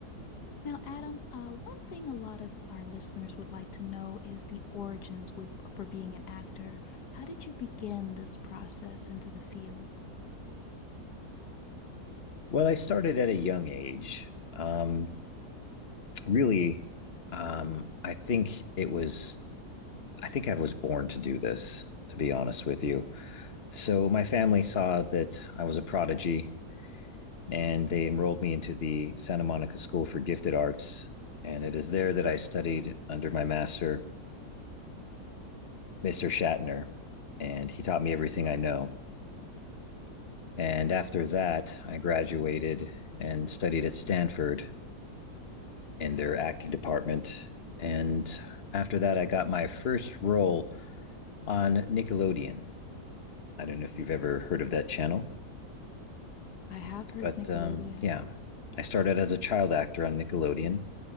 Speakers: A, on the left; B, on the left.
A: Now, Adam, uh, one thing a lot of our listeners would like to know is the origins with for being an actor. How did you begin this process into the field?
B: Well, I started at a young age. Um, really, um, I think it was, I think I was born to do this, to be honest with you. So my family saw that I was a prodigy and they enrolled me into the Santa Monica School for Gifted Arts. And it is there that I studied under my master, Mr. Shatner, and he taught me everything I know. And after that, I graduated and studied at Stanford in their acting department. And after that, I got my first role on Nickelodeon. I don't know if you've ever heard of that channel,
A: I have heard
B: but
A: of Nickelodeon.
B: um, yeah, I started as a child actor on Nickelodeon.